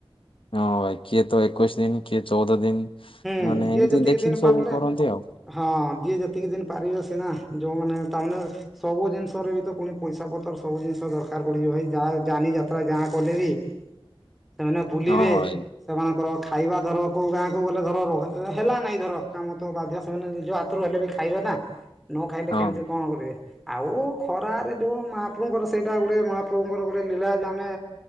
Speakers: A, on the left; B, in the centre.
A: ହଁ ଭାଇ କିଏ ତ ଏକୋଇଶ ଦିନ କିଏ ଚଉଦ ଦିନ।
B: ହୁଁ
A: ମାନେ
B: ଯିଏ
A: ଏମିତି
B: ଯେତିକି
A: ଦେଖିକି
B: ଦିନ
A: ସବୁ
B: ପାରିଲେ
A: କରନ୍ତି ଆଉ
B: ହଁ ଯିଏ ଯେତିକି ଦିନ ପାରିବେ ସିନା। ଯୋଉମାନେ ତାମାନେ ସବୁ ଜିନିଷରେ ବି ତ ପୁଣି ପଇସା ପତ୍ର ସବୁ ଜିନିଷ ଦରକାର ପଡୁଛି ଭାଇ ଯା ଯାନି ଯା ଯାତ୍ରା ଯାହା କଲେ ବି ସେମାନେ ବୁଲିବେ
A: ହଁ ଭାଇ
B: ସେମାନଙ୍କର ଖାଇବା ଧର କୋଉ ଗାଁ କୁ ଗଲେ ଧର ହେଲା ନାଇଁ ଧର କାମ ତ ବାଧ୍ୟ ସେମାନେ ନିଜ ହାତରୁ ହେଲେ ବି ଖାଇବେ ନା। ନ ଖାଇଲେ
A: ହଁ
B: କେମିତି କଣ କରିବେ? ଆଉ ଖରାରେ ଯୋଉ ମହାପ୍ରଭୁଙ୍କର ସେଇଟା ଗୋଟେ ମହାପ୍ରଭୁଙ୍କର ଗୋଟେ ଲୀଳା ଯେ ଆମେ